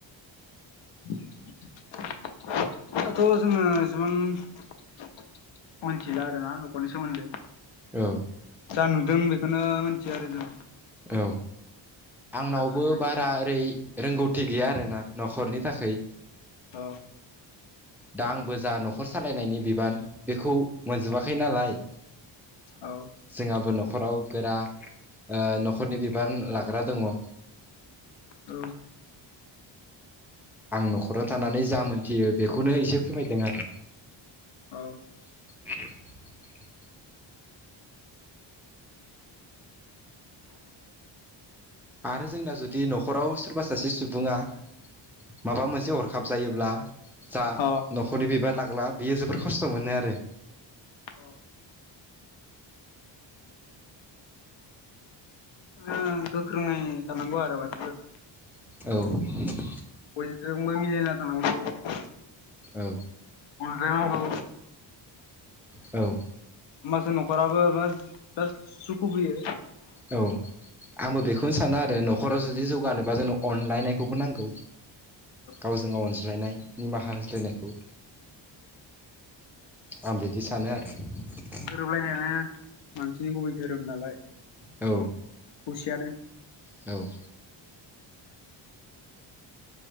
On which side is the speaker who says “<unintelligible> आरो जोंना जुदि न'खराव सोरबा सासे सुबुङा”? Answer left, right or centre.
Centre